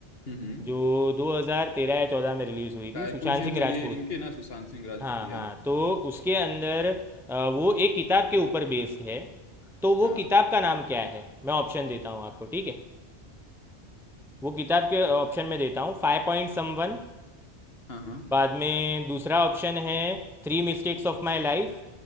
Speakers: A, on the left (about 60°); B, in the centre.
A: हम्म
B: जो 2013 या 14 में रिलीज़ हुई
A: कायपोचे
B: थी सुशांत सिंह
A: तो
B: राजपूत
A: ये इनके ना सुशांत सिंह राजपूत
B: हाँ
A: यार
B: हाँ
A: हम्म,
B: तो उसके अंदर आ, वो एक किताब के ऊपर बेस्ड है तो वो
A: यार
B: किताब का नाम क्या है मैं ऑप्शन देता हूँ
A: हाँ
B: आपको ठीक है वो किताब के ऑप्शन में देता हूँ फाइव पॉइंट सम वन
A: हाँ हाँ
B: बाद में दूसरा ऑप्शन है three mistakes of my life